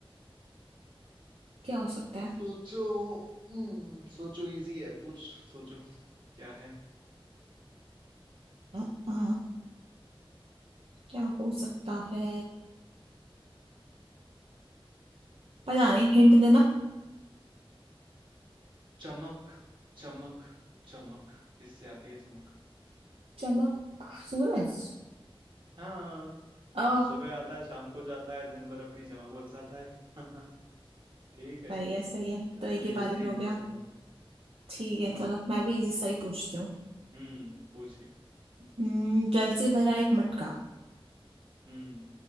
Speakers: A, on the right (about 75°); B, on the right (about 55°).
A: क्या हो सकता है
B: सोचो हम्म सोचो इजी है पूछ सोचो क्या है
A: अ, अ, क्या हो सकता है पता नहीं हिंट देना
B: चमक चमक चमक किससे आती है चमक
A: चमक सूरज
B: हाँ
A: ओ
B: सुबह आता है शाम को जाता है दिन भर अपनी चमक बरसाता है <laughs> ठीक है
A: सही है सही है
B: इतना
A: तो एक ही
B: इजी
A: बारी में हो गया
B: नहीं बता पाया।
A: ठीक है
B: हाँ
A: चलो मैं भी इजी सा ही पूछती हूँ
B: हम्म पूछिए
A: हम्म, जल से भरा एक मटका
B: हम्म